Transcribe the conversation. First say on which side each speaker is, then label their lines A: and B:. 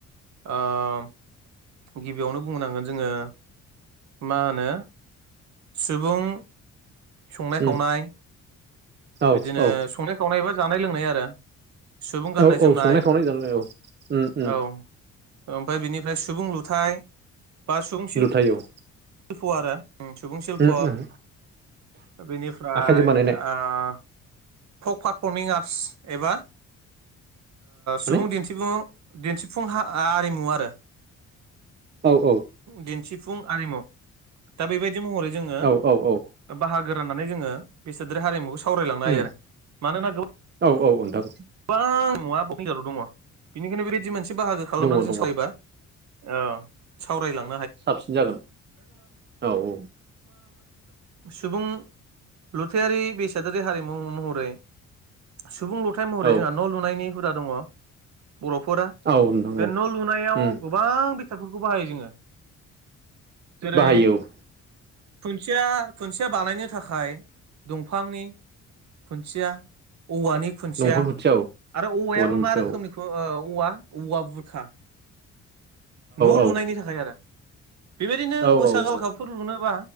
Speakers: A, on the right; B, on the right.
A: ओ गिबियावनो बुंनांगोन जोङो मा होनो सुबुं संनाय
B: उम
A: खावनाय
B: औ
A: बिदिनो
B: औ
A: संनाय खावनाय बा जानाय लोंनाय आरो सुबुं गाननाय
B: औ औ
A: जोमनाय
B: संनाय खावनाय जानाय औ उम उम
A: औ ओमफ्राय बिनिफ्राय सुबुं लुथाइ बा सुबुं
B: थाय औ
A: शिल्प' आरो सुबुं शिल्प'
B: उम उम
A: बेनिफ्राय
B: आखाइजों बानायनाय
A: ओ फक पारफर्मिं आर्टस एबा
B: माने
A: सुबुं ओ दिनथि सुबुं दिनथिफुं हा आरिमु आरो
B: औ औ
A: दिनथिफुं आरिमु दा बेबायदि महरै जोङो
B: औ औ औ
A: बाहागो राननानै जोङो बिसादारि हारिमुखौ सावरायलांनो
B: उम
A: हायो आरो मानोना गोबां
B: औ औ नोंथां
A: गोबां मुवा दङ बेनिखायनो बेबायदि मोनसे बाहागो खालामनानै
B: दङ दङ
A: जों सावरायोबा अ सावरायलां
B: साबसिन जागोन औ औ
A: सुबुं लुथायारि बेसादारि हारिमु महरै सुबुं लुथाय महरै
B: औ
A: जोंहा न' लुनायनि हुदा दङ बर'फोरा बे
B: औ नोंथां औ
A: न' लुनायाव
B: उम
A: गोबां बेसादफोरखौ बाहायो जोङो जेरै
B: बाहायो औ
A: खुन्थिया खुन्थिया बानायनो थाखाय दंफांनि खुन्थिया औवानि खुन्थिया
B: दंफां गुथिया औ
A: आरो औवायाबो
B: औवानि गुथिया
A: मा रोखोमनि
B: औ
A: औवा औवा बुरखा न'
B: औ
A: लुनायनि थाखाय आरो बेबायदिनो
B: औ
A: मोसा
B: औ
A: गालखाबफोर
B: औ
A: लुनोबा